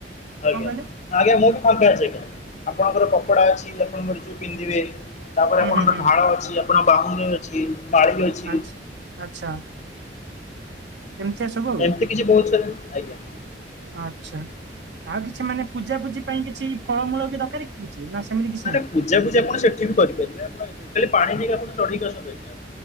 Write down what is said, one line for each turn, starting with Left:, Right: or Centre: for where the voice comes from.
Left: ଆଜ୍ଞା।
Right: କଣ କହିଲେ
Left: ଆଜ୍ଞା, ମୁଁ ବି ଫାଙ୍କା ଅଛି ଆଜ୍ଞା। ଆପଣଙ୍କର କପଡ଼ା ଅଛି ଆପଣଙ୍କ ମର୍ଜି ପିନ୍ଧିବେ। ତାପରେ
Right: ହୁଁ
Left: ଆପଣଙ୍କର
Right: ହୁଁ ହୁଁ
Left: ଢାଳ ଅଛି, ଆପଣଙ୍କ ବାଉଙ୍ଗି ଅଛି, ନାଳି ବି ଅଛି
Right: ଆଚ୍ଛା। ଆଚ୍ଛା। ଏମିତିଆ ସବୁ ଆଉ,
Left: ଏମିତି କିଛି ବହୁତ ସାରା ଆଜ୍ଞା।
Right: ଆଚ୍ଛା। ଆଉ କିଛି ମାନେ ପୂଜା ପୂଜି ପାଇଁ କିଛି ଫଳମୂଳ ବି ଦରକାରେ କି? କିଛି ନା ସେମିତି କିଛି
Left: ନହେଲେ
Right: ନାହିଁ?
Left: ପୂଜାପୁଜି ଆପଣ ସେଠି ବି କରିପାରିବେ। ଆପଣ ଖାଲି ପାଣି ନେଇକି ଆପଣ ଚଢେଇକି ଆସନ୍ତୁ ଆଜ୍ଞା।